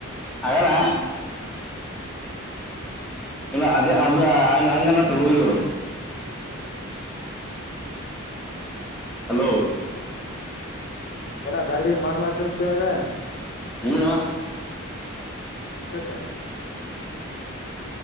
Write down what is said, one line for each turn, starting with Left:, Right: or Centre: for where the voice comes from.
Centre: ಹಾಗಲ್ಲ ಇಲ್ಲ ಅದ ಅದು ಅಂಗಲ್ಲಂತಹುಡುಗರು ಇವರು, ಹಲೋ
Left: ಅಣ್ಣ ಗಾಡಿ ಮಾರಲತಿ ಅಂತ ಹೇಳಿದೆ.
Centre: ಹ್ಮ್, ನೋ
Left: ಅಷ್ಟಕ್ಕ <inaudible>